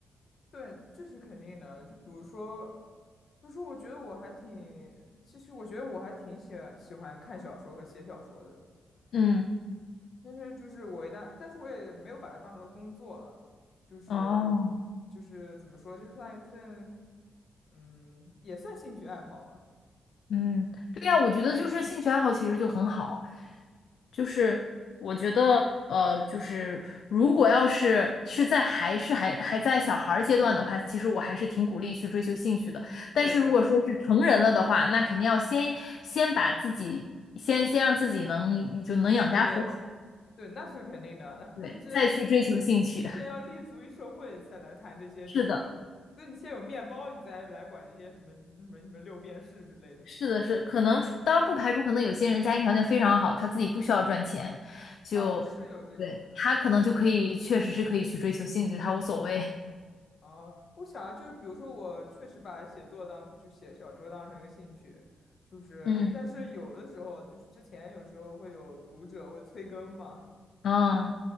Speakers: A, on the left; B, on the left.
A: 对，这是肯定的。就比如说，不是，我觉得我还挺，其实我觉得我还挺喜欢喜欢看小说和写小说的。
B: 嗯，
A: 但是就是我一旦，但是我也没有把它当成工作了，就是
B: 哦，
A: 就是怎么说，就算一份，嗯，也算兴趣爱好吧。
B: 嗯，对呀，我觉得就是兴趣爱好其实就很好，就是我觉得呃，就是如果要是是在还是还还在小孩儿阶段的话，其实我还是挺鼓励去追求兴趣的。
A: 嗯对对
B: 但是如果说是成人了的话，那肯定要先先把自己先先让自己能就能养家糊口。
A: 对对对，那是肯定的。
B: 对，
A: <laughs> 这先
B: 再去追求兴趣。<laughs>
A: 先要立足于社会，才来谈这些，
B: 是的，
A: 就是什么，对你先有面包，你再来管这些什么什么什么六便士之类的
B: 是的，
A: <laughs>
B: 是，可能当然不排除，可能有些人家庭条件非常好，他自己不需要赚钱，就对他可能就可以，
A: 啊，是有这种的。
B: 确实是可以去追求兴趣，他无所谓。
A: 啊，我想啊就是比如说，我确实把写作当就写小说当成一个兴趣，就是但是有的时候就是之前有时候会有读者会催更嘛，
B: <laughs> 嗯，嗯，